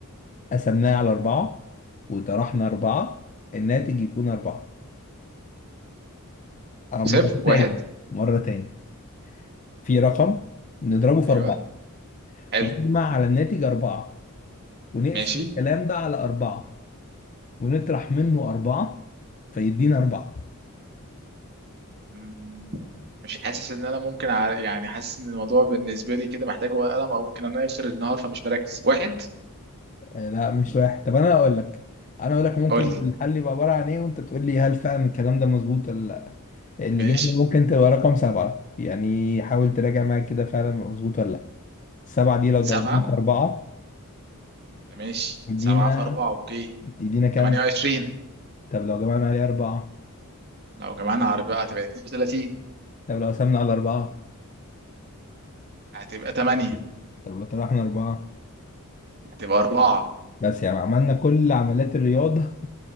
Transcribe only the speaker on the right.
صفر واحد
ايوه
حلو
ماشي
م- مش حاسس ان انا ممكن ع... يعني حاسس ان الموضوع بالنسبة لي كده محتاج ورقة قلم او ممكن انا اخر النهار فمش مركز واحد
قول
لي
ماشي
سبعة
ماشي
سبعة في أربعة اوكي
28
لو جمعنا على بقى هتبقى 32
هتبقى 8
هتبقى 4